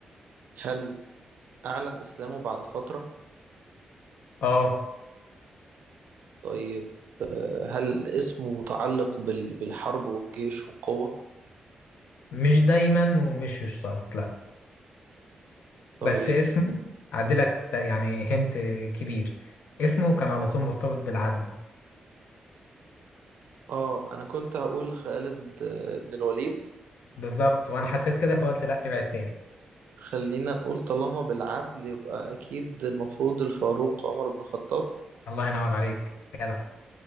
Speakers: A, on the right (about 75°); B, on the left (about 75°).
A: هل أعلن إسلامه بعد فترة
B: اه
A: طيب هل اسمه متعلق بال- بالحرب والجيش والقوة
B: مش دايما ومش يشترط لا
A: طيب
B: بس اسمه عدلك ت- يعني هنت كبير اسمه كان على طول مرتبط بالعدل
A: آه أنا كنت هقول خالد آه، بن الوليد
B: بالظبط وانا حسيت كده فقلت لا ابعد تاني
A: خلينا نقول طالما بالعدل يبقى أكيد المفروض الفاروق عمر بن الخطاب
B: الله ينور عليك جدع